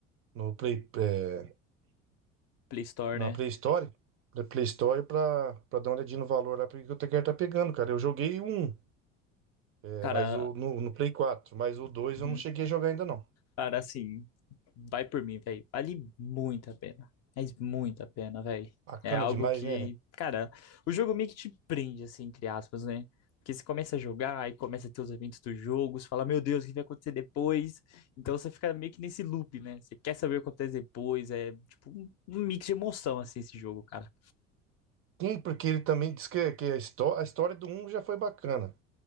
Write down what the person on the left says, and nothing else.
Play Store,
né?
Cara,
uhum.
Cara, assim, vai por mim, velho. Vale muito a pena. Mas muito a pena, velho.
É algo
que,
cara, o jogo meio que te prende, assim, entre aspas, né? Porque você começa a jogar e começa a ter os eventos do jogo, você fala, meu Deus, o que vai acontecer depois? Então você fica meio que nesse loop, né? Você quer saber o que acontece depois. É tipo um um mix de emoção, assim, esse jogo, cara.